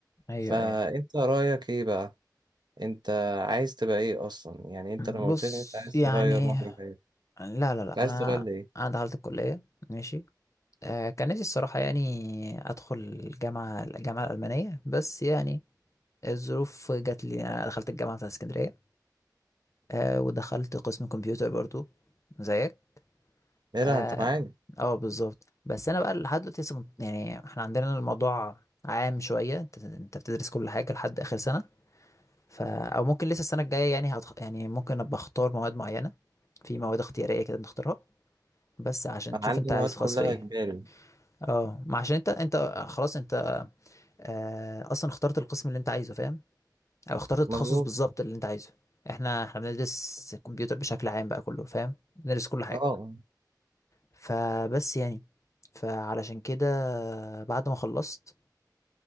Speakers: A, on the left; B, on the right.
A: ايوه
B: فانت
A: ايوه
B: رأيك ايه بقى انت عايز تبقى ايه اصلا يعني انت
A: بص
B: لما قلت لي إن انت عايز
A: يعني
B: تغير مجرى حياتك
A: لا لا لا
B: كنت عايز
A: انا
B: تغير لإيه؟ ايه
A: انا دخلت الكليه ماشي آه، كان نفسي الصراحة يعني أدخل الجامعة الجامعة الألمانية بس يعني الظروف جات لي أنا دخلت الجامعة بتاعت اسكندرية أه ودخلت قسم كمبيوتر برضو زيك
B: لا
A: اه
B: لا انت معايا
A: آه، بالظبط بس أنا بقى لحد دلوقتي لسه مت- يعني احنا عندنا الموضوع عام شوية انت أنت بتدرس كل حاجة لحد آخر سنة ف أو ممكن لسه السنة الجاية يعني هتخ... يعني ممكن أبقى أختار مواد معينة في مواد اختيارية كده بنختارها بس عشان
B: انا
A: تشوف
B: عندي
A: أنت
B: مواد
A: عايز
B: كلها
A: خاص في إيه
B: اجباري
A: اه ما عشان انت انت خلاص انت آه، اصلا اخترت القسم اللي انت عايزه فاهم او اخترت التخصص
B: مظبوط
A: بالظبط اللي انت عايزه احنا احنا بندرس الكمبيوتر بشكل عام بقى كله فاهم بندرس كل حاجه
B: اه
A: فبس يعني فعلشان كده بعد ما خلصت